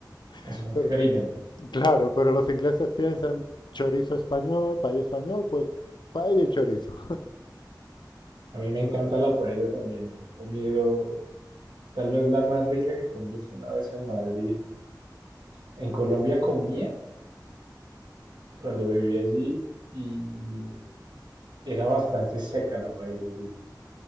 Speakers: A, on the left; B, on the right.
A: <laughs>
B: Es un
A: Pero,
B: crimen.
A: Claro, pero los ingleses piensan chorizo español, paella español, pues paella y chorizo.
B: A mí me encanta la paella también. He comido Tal vez la más rica que comí fue una vez en Madrid. En Colombia comía cuando vivía allí y era bastante seca la paella allí.